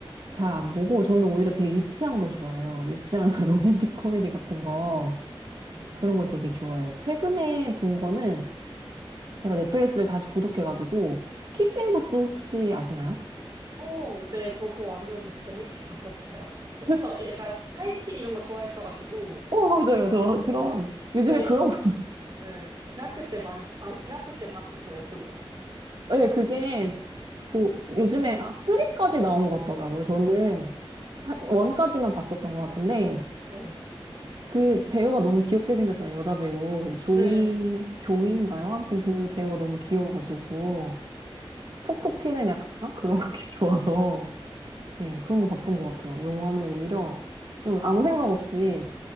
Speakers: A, on the right (about 60°); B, on the right (about 45°).
A: 잘 안 보고 저는 오히려 되게 유치한 거 좋아해요. 유치한 <laughs> 로맨틱 코미디 같은 거
B: 음.
A: 그런 거 되게 좋아해요. 최근에 본 거는 제가 넷플릭스를 다시 구독해가지고 키싱 부스 혹시 아시나요?
B: 오, 네, 저 그거 완전 재밌게 봤었어요. <laughs>
A: <laughs>
B: 저 약간 하이틴 이런 거 좋아했어가지고,
A: 어, 맞아요. 저
B: 네.
A: 그런 요즘에
B: 네,
A: 그런 거
B: 네. 대학교 때 많이, 아, 대학교 때 봤었어요, 그거.
A: <laughs> 예, 그게 뭐 요즘에 아, 3까지 나온 것 같더라고요. 저는 한 1까지만 봤었던 것 같은데
B: 네.
A: 그 배우가 너무 귀엽게 생겼잖아요. 여자 배우. 조이,
B: 네.
A: 조이인가요? 아무튼 그 배우가 너무 귀여워가지고. 톡톡 튀는 약간 그런 <laughs> 게 좋아서. 네, 그런 거 봤던 것 같아요. 영화는 오히려 좀 아무 생각 없이